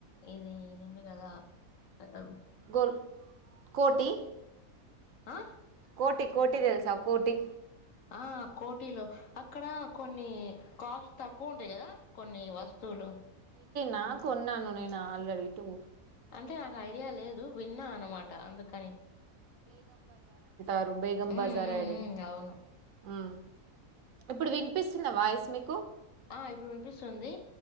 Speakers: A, on the left; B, on the right.
A: ఇది ఇదుంది కదా అఆ
B: గోల్ కోటి
A: ఆ
B: కోటి కోటి తెల్సా కోటి
A: ఆ కోటీలో అక్కడ కొన్ని కాస్ట్ తక్కువ ఉంటయి కదా. కొన్ని వస్తువులు.
B: నా కొన్నాను నేను ఆల్రెడి టు.
A: అంటే నాకు ఐడియా లేదు విన్నా అన్నమాట అందుకని.
B: టరు బేగం
A: ఉమ్
B: బాజారు
A: ఉమ్
B: ఐడియా
A: ఉమ్ అవును
B: హ్మ్. ఇప్పుడు వినిపిస్తుంద వాయిస్ మీకు
A: ఆ ఇప్పుడు వినిపిస్తుంది